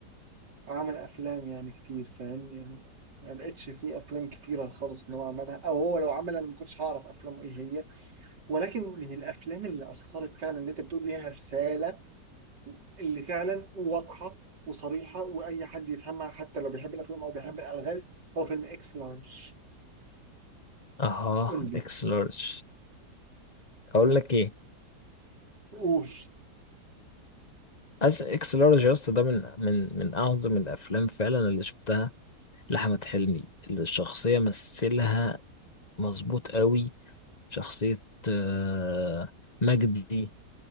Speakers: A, on the right (about 85°); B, on the left (about 25°).
A: عمل افلام يعني كتير فاهم يعني ما لقيتش فيه افلام كتيره خالص ان هو عملها او هو لو عملها انا ما كنتش هعرف افلامه ايه هي ولكن من الافلام اللي اثرت فعلا اللي انت بتقول ليها رساله اللي فعلا واضحه وصريحه واي حد يفهمها حتى لو بيحب الافلام او بيحب الالغاز هو فيلم اكس لارج
B: اها
A: قول لي
B: اكس لارج اقول لك ايه
A: قول
B: أس اكس لارج يا اسطى ده من من من اعظم الافلام فعلا اللي شفتها لأحمد حلمي الشخصية مثلها مظبوط قوي شخصية آه، مجدي